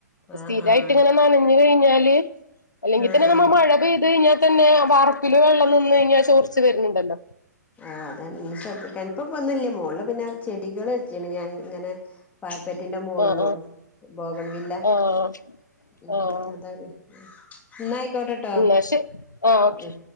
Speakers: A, on the left; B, on the left.
A: ആഹ്
B: സ്ഥിരായിട്ട്
A: ആഹ്
B: ഇങ്ങനെ നനഞ്ഞു കഴിഞ്ഞാല് അല്ലെങ്കി
A: ആഹ്
B: തന്നെ നമ്മ
A: ആഹ്
B: മഴ പെയ്ത് കഴിഞ്ഞാൽ തന്നെ വറപ്പില വെള്ളം നിന്ന് കഴിഞ്ഞാൽ ചോർച്ച് വരുന്നുണ്ടല്ലോ
A: ആ അത ഇന്ന് ശ്രദ്ധിക്കാൻ ഇപ്പ വന്നില്ല മോളില് പിന്നെ ചെടികള് വെ ച്ച്ക്ക്ണ്ഞാൻ ഇങ്ങനെ പാരപ്പറ്റിന്റെ മുകളിലും
B: ആഹ്
A: ബോഗൺ വില്ല
B: ആഹ് ആഹ്
A: ഉം
B: ആഹ്
A: അതാണ്ന്നായിക്കോട്ടെട്ടോ
B: എന്നാ ശരി ആ
A: ഉ
B: ഓക്കെ
A: ഉ